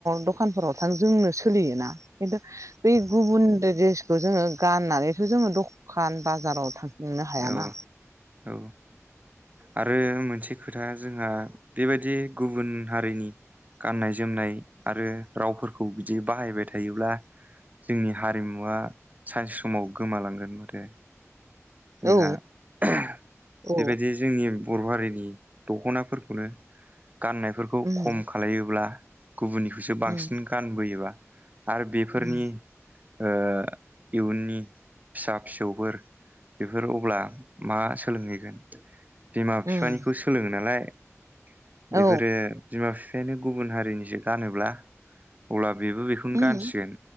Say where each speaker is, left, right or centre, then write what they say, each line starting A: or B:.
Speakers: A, on the right (about 75°); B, on the right (about 30°).
A: दखानफोराव थां जोंनो सोलियोना ओखायनोथ बै गुबुन दो जेसखौ जोङो गाननानैथ' जोङो दखान बाजाराव थांनो हायाना?
B: औ औ। आरो मोनसे खोथा जोंहा बेबायदि गुबुन हारिनि गाननाय जोमनाय आरो रावफोरखौ बिदि बाहायबाय थायोब्ला जोंनि हारिमुवा सानसे समाव गोमालांगोन माथो? जोंहा
A: औ
B: बेबायदि
A: औ
B: जोंनि बर' हारिनि दख'नाफोरखौनो गाननायफोरखौ
A: उम
B: खम खालायोब्ला गुबुननिखौसो बांसिन
A: उम
B: गानबोयोबा। आरो बेफोरनि
A: उम
B: ओ इयुननि फिसा फिसौफोर बेफोर अब्ला मा सोलोंहैगोन? बिमा
A: उम
B: बिफानिखौ सोलोङो नालाय बेफोरो
A: औ
B: बिमा बिफायानो गुबुन हारिनिसो गानोब्ला अब्ला बेबो बेखौनो
A: उम
B: गानसिगोन